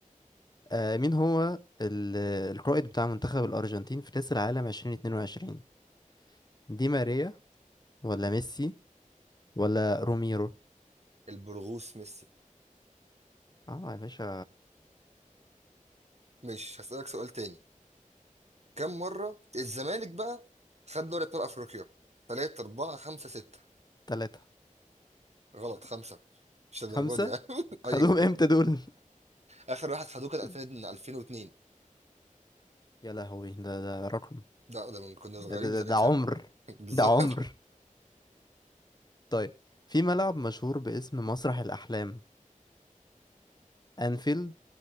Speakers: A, on the left (about 30°); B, on the right (about 55°).
A: آه مين هو ال- القائد بتاع منتخب الأرجنتين في كأس العالم 2022 دي ماريا ولا ميسي ولا روميرو
B: البرغوث ميسي
A: اه يا باشا
B: ماشي هسألك سؤال تاني كم مرة الزمالك بقى خد دوري ابطال افريقيا 3 4 5 6
A: تلاتة
B: غلط 5 مش للدرجة
A: خمسة
B: دي يعني <laughs>
A: خدوهم
B: أي-
A: امتى دول
B: اخر واحد خدوه كان 2000
A: <laughs>
B: 2002
A: يا لهوي ده ده رقم
B: لا ده من كنا صغيرين
A: ده, ده, ده
B: ساعتها
A: ده عمر
B: <laughs> بالظبط
A: ده عمر طيب في ملعب مشهور باسم مسرح الأحلام أنفيلد